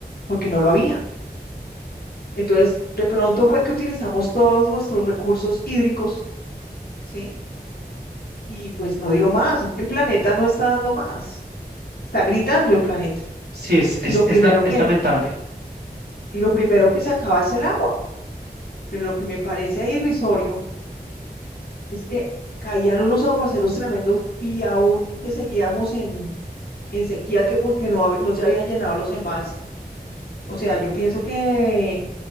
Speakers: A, on the left; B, on the right.
A: porque no lo había. Entonces, de pronto fue que utilizamos todos nuestros recursos hídricos, ¿sí? Y pues no dio más, es que el planeta no está dando más, está gritando el planeta.
B: Sí, es,
A: Y
B: es,
A: lo primero
B: es, la- es
A: que
B: lamentable.
A: y lo primero que sacaba es el agua. Y Lo que me parece irrisorio es que caían unos aguaceros tremendos y aún que seguíamos en, en sequía que porque no, hab- no se habían llenado los embalses. O sea, yo pienso que,